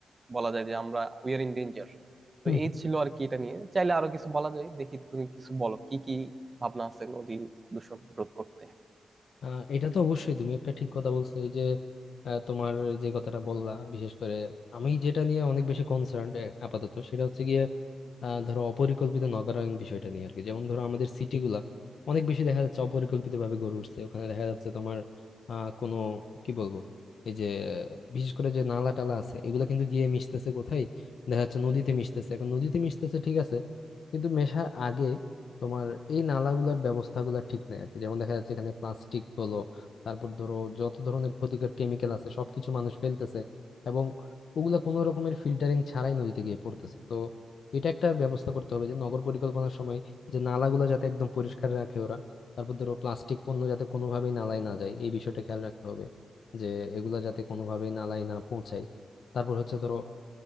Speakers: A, on the right; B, on the left.
A: বলা যায় যে আমরা উই আর ইন ডেঞ্জার তো
B: হুম
A: এই
B: হুম।
A: ছিল আর কি এটা নিয়ে চাইলে আরো কিছু বলা যায় দেখি তুমি কিছু বলো কি কি ভাবনা আছে নদী দূষণ রোধ করতে
B: আহ, এটা তো অবশ্যই তুমি একটা ঠিক কথা বলছো এই যে আহ, তোমার যে কথাটা বললা বিশেষ করে আমি যেটা নিয়ে অনেক বেশি কনসার্ন আপাতত সেটা হচ্ছে গিয়ে আহ, ধরো অপরিকল্পিত নগরায়ণ বিষয়টা নিয়ে আর কি যেমন ধরো আমাদের সিটিগুলা অনেক বেশি দেখা যাচ্ছে অপরিকল্পিত ভাবে গড়ে উঠছে ওখানে দেখা যাচ্ছে তোমার আহ কোনো কি বলবো এই যে বিশেষ করে যে নালা টালা আছে এগুলো কিন্তু গিয়ে মিশতেছে কোথায় দেখা যাচ্ছে নদীতে মিশতেছে এখন নদীতে মিশতেছে ঠিক আছে কিন্তু মেশার আগে তোমার এই নালাগুলোর ব্যবস্থাগুলো ঠিক নাই আর কি যেমন দেখা যাচ্ছে এখানে প্লাস্টিক বলো তারপর ধরো যত ধরনের ক্ষতিকর কেমিক্যাল আছে সবকিছু মানুষ ফেলতেছে এবং ওগুলা কোনো রকমের ফিল্টারিং ছাড়াই নদীতে গিয়ে পড়তেছে তো এটা একটা ব্যবস্থা করতে হবে যে নগর পরিকল্পনার সময় যে নালাগুলো যাতে একদম পরিষ্কার রাখে ওরা তারপর ধরো প্লাস্টিক পণ্য যাতে কোনোভাবেই নালায় না যায় এই বিষয়টা খেয়াল রাখতে হবে যে এগুলা যাতে কোনোভাবেই নালায় না পৌঁছায় তারপর হচ্ছে ধরো